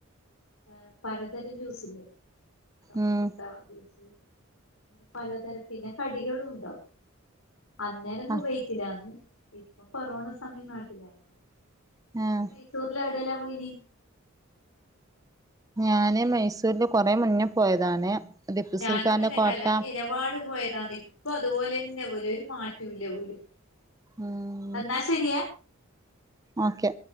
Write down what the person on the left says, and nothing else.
ഏഹ് പലതരം ജ്യൂസ് ഇല്ലേ സപ്പോട്ട
ജ്യൂസ് അങ്ങനെ പലതരം പിന്നെ കടികളുണ്ടാവും അന്നേരം കുവൈറ്റിലാന്ന്
ഇപ്പൊ കൊറോണ സമയം നാട്ടിലായിരുന്നു
നീ മൈസൂരില് എവിടെല്ലാ പോയിനി
ഞാനും
അങ്ങൻനെ
കല്യാണം കയ്ഞ്ഞേപാട് പോയതാന്ന് ഇപ്പൊ അതുപോലെന്നെ പോലെ ഒരു മാറ്റൂല്ല ഊര്
എന്നാ ശരിയ